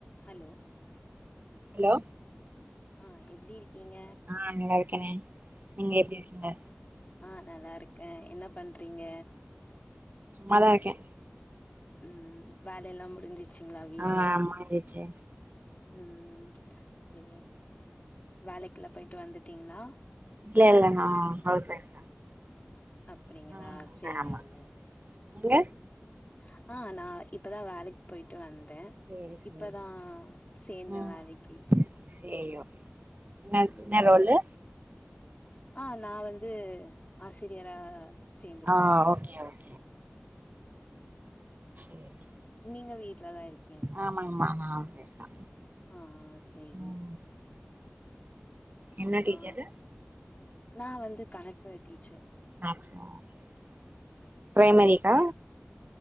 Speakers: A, on the left; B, on the right.
A: hello
B: hello
A: ஆ எப்டி இருக்கீங்க
B: ஆ நல்லா இருக்கனே நீங்க எப்டி இருக்கீங்க
A: ஆ நல்லாருக்கெ என்ன பண்றீங்க
B: சும்மாதார்க்கே
A: உம் வேலைல்லா முடிஞ்சுச்சுங்களா வீட்ல
B: ஆ ஆமா எந்திரிச்சு
A: உம் ம் சரி வேலைக்கெல்லா போயிட்டு வந்துட்டீங்ளா
B: இல்ல இல்ல நா ஹவுஸ் ஒய்ஃப்
A: அப்படிங்களா
B: தா ம்
A: சேரிங்க
B: ஆமா நீங்க
A: உம் ஆ நா இப்பதா வேலைக்கி போயிட்டு வந்தெ
B: சேரி சேரி
A: இப்பதா சேந்த
B: ம்
A: வேலக்கி
B: சேரி ஓக்கே என்ன
A: ம்
B: என்ன ரோலு
A: ஆ நா வந்து ஆசிரியரா சேந்துர்க்கெ
B: ஆ ஓகே ஓக் சேரி
A: நீங்க வீட்லதா இருக்
B: ஆமாங்மா நா ஹவுஸ் ஒயிஃப் தா
A: ம் சேரி
B: ம் என்ன டீச்சரு
A: ஆ நா வந்து கணக்கு டீச்ச
B: மேக்ஸா ஓகே ஓகே பிரைமரிகா